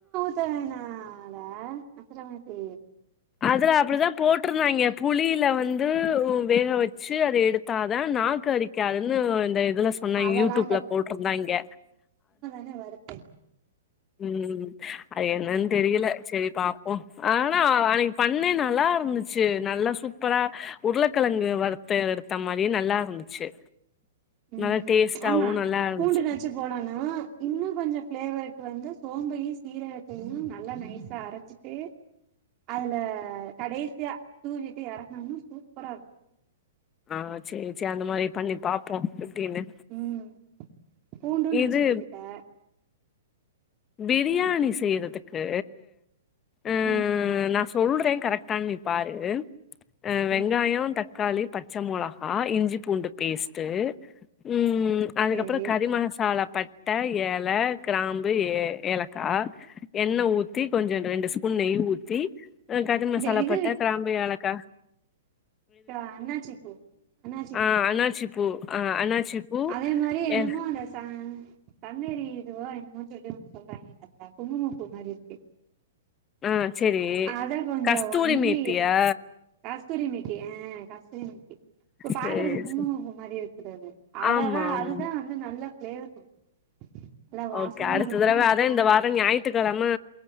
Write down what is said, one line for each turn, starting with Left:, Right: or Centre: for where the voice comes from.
Right: அதனால அத்தரமின்சே
Left: அதுல அப்படிதா போட்ருந்தாய்ங்க புளில வந்து வேக வெச்சு அத எடுத்தாதா நாக்கு அரிக்காதுன்னு இந்த இதுல சொன்னாங்
Right: அதெல்லா
Left: யூட்டூப்ல போட்ருந்தாய்ங்க
Right: அ வரப்பே
Left: ம் அது என்னன் தெரியில செரி பாப்போ ஆனா அனிக் பண்ண நல்லா இருந்துச்சு நல்லா சூப்பரா உருளக்கழங்கு வருத்த எடுத் த்த மாரி நல்லா இருந்துச்சு
Right: ம்
Left: நல்லா டேஸ்ட்டாவு
Right: ஆமா
Left: நல்லா இருந்துச்சு
Right: பூண்டு நச்சு போடனு இன்னு கொஞ்சோ ஃபிளேவருக்கு வந்து சோம்பையு சீரகத்தையு நல்லா நைசா அரச்சு ட்டு அதுல கடைசியா தூவிட்டு எறக்கனுனா சூப்பரா இருக்
Left: ஆ சே சே அந்த மாரி பண்ணி பாப்போ எப்டின்னு
Right: ம் பூண்டு நச்சு
Left: இது
Right: போட்டுட்டே
Left: பிரியாணி செய்யறதுக்கு அ
Right: ம்
Left: நா சொல்றே கரெக்டா நீ பாரு அ வெங்காயோ,
Right: ம்
Left: தக்காளி, பச் பச்ச மொளகா, இஞ்சி பூண்டு, பேஸ்ட்டு ம் அதுக்கப்றோ
Right: சேரி
Left: கறி மசாலா, பட்ட, எல, கிராம் பு ஏலக்கா எண்ணெ ஊத்தி கொஞ்சோ ரெண்டு ஸ்பூன் நெய் ஊத்தி கறிம் மசாலா
Right: இந்த இது
Left: பட்ட, கிராம்பு, எலக்கா
Right: அக்கா அன்னாச்சிப்பூ அன்னாச்சிப்பூ
Left: ஆ அண்ணாச்சி பூ ஆ அண்ணாச்சி பூ
Right: அதே மாரி என்னமோ
Left: ஏ
Right: அந்த ச தன்னேறி இதுவோ என்னமோ சொல்லுவாங்க ஒன்னு சொல்றாங்க அக்கா குங்குமப்பூ மாரி இருக்கு
Left: ஆ சேரி
Right: அத கொஞ்சோ
Left: கஸ்தூரி
Right: வாங்கி
Left: மேத்தியா
Right: கஸ்தூரி மேத்தி ஆ கஸ்தூரி மேத்தி இப்ப பாக்குறதுக்கு
Left: சேரி
Right: குங்கும்பூ
Left: சேரி
Right: மாரியே இருக்கிறது அததா
Left: ஆமா ஆமா
Right: அதுதா வந்து நல்லா ஃப்ளவர் குடுக்கு நல்லா வாசமு
Left: ஓகே அடுத்த
Right: இருக்குமா
Left: தடவ
Right: நல்லா
Left: அதே இந்த வாரோ ஞாயி த்துகெழம